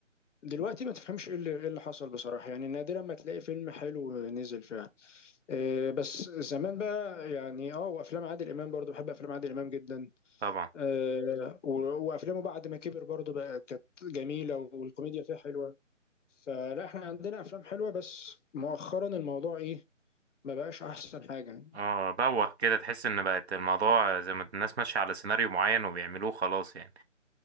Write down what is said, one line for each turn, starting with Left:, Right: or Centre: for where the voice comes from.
Left: دلوقتي ما تفهمش ايه اللي إيه اللي حصل بصراحه يعني نادرا ما تلاقي فيلم حلو نزل فعلا آه، بس زمان بقى يعني اه وافلام عادل امام برضو بحب افلام عادل امام جدا
Right: طبعا
Left: آه، و- وافلامه بعد ما كبر برضو بقى كانت جميله والكوميديا فيها حلوه فلا احنا عندنا افلام حلوه بس مؤخرا الموضوع ايه ما بقاش احسن حاجه
Right: اه بوخ كده تحس ان بقت الموضوع زي ما الناس ماشيه على سيناريو معين وبيعملوه خلاص يعني